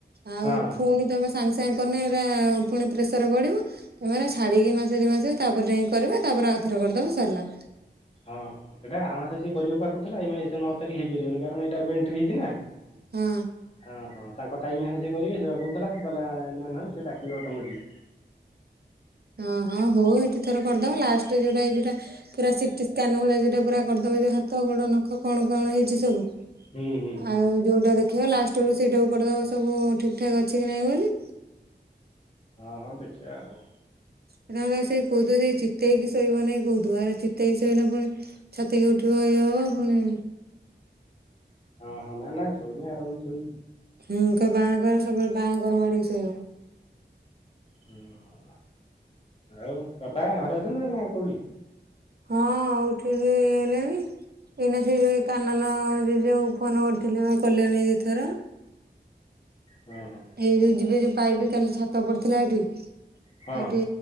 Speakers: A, on the right; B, on the left.
A: ଆଉ
B: ହଁ
A: ପୁଣି ତମେ ସାଙ୍ଗେ ସାଙ୍ଗେ କନେ ହେରା ପୁଣି ପ୍ରେସର ବଢ଼ିବ ତମେ ଛାଡିକି ମାସେ ଦି ମାସେ ତାପରେ ଯାଇ କରିବ ତାପରେ ଆଉଥରେ କରିଦବ ସରିଲା।
B: ହଁ ହଁ ସେଇଟା ଆରାମ ମାସେ ସିଏ କରିବା କହୁ ଥିଲା ଏଇ ନଅ ତାରିଖ ହେଇପାରିବନି କାରଣ ଏଇଟା ଏବେ ଏଣ୍ଟ୍ରି ହେଇଛି ନା।
A: ହଁ
B: ହଁ ହଁ ତାଙ୍କ ଟାଇମ ହେଲେ ସେଏ କରିବେ ସେ କହୁଥିଲା କହିଲା ନ ନଁ ସେ ଡାକିବେ ଅଟୋମେଟିକ୍
A: ହଁ ହଁ ହଉ ଏଠି ଥର କରିଦବ ଲାଷ୍ଟ ଯୋଉଟା ଏଇ ଯୋଉଟା। ପୁରା ସିଟି ସ୍କାନ ଭଳିଆ ସେଟା ପୁରା କରିଦବ ଯ ହାତ ଗୋଡ ନଖ କଣ କଣ ହେଇଛି ସବୁ
B: ହୁଁ ହୁଁ
A: ଆଉ ଯୋଉଟା ଦେଖେଇବା ଲାଷ୍ଟ ବେଳୁ ସେଇଟାକୁ କରିଦବା ସବୁ ଠିକ ଠାକ ଅଛି କି ନାଇଁ ବୋଲି।
B: ହଁ ହଁ ଦେଖିବା ଆଉ
A: ନା ନା ତା ସେଇ କହୁଥ ସେଇ ଚିତେଇକି ଶୋଇିବ ନାାଇ କହୁିବୁ ଆରେ ଚିତେଇକି ଶୋଇନ ପୁଣି ଛାତିକି ଉଠିବ ଇଏ ହବା ପୁଣି
B: ହଁ ହଁ ନା ନା ଶୋନିଆ ଆରାମସେ ଶୋଇଛି।
A: ହୁଁ ତ ବାଁ କର ସବୁବେଳେ ବାଁ କର ମାଡିକି ଶୋଇବ।
B: ଓହୋ ଆଉ ବାପା ଘରେ ଅଛନ୍ତି ନା କୋଉଠି।
A: ହଁ ଉଠିକି ଇଏ ହେଲେଣି। ଏଇନା ସେ ଯୋଉ କାନନ ଯ ଯୋଉ ଫୋନ କରିଥିଲେ ଭାଇ କଲ୍ୟାଣୀ ଦିଇଥର।
B: ହଁ ହଁ।
A: ଏଇ ଯୋଉ ଯିବେ ଯୋଉ ପାଇପ୍ କାଲି ଛାତ ପଡିଥିଲା ଏଠି
B: ହଁ
A: ଏଠି